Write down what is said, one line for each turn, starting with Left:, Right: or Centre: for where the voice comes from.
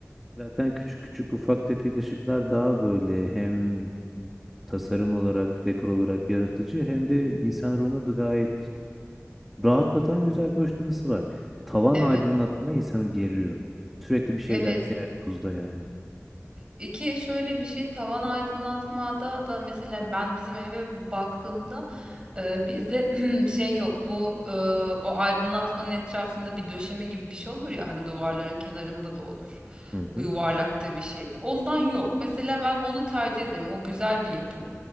Centre: Zaten küçük küçük ufak tefek ışıklar daha böyle hem tasarım olarak, dekor olarak yaratıcı hem de insan ruhuna da gayet rahatlatan güzel bir hoşlanısı var. Tavan
Right: Evet,
Centre: aydınlatma insanı geriyor. Sürekli bir şeyler
Right: evet.
Centre: teyakkuzda yani.
Right: İki şöyle bir şey tavan aydınlatmada da mesela ben bizim eve baktığımda e, bizde <clears throat> şey yok bu e, o aydınlatmanın etrafında bir döşeme gibi bir şey olur ya hani duvarların kenarında da olur.
Centre: Hı hı.
Right: O yuvarlakta bir şey. Ondan yok. Mesela ben onu tercih ederim. O güzel bir yapım.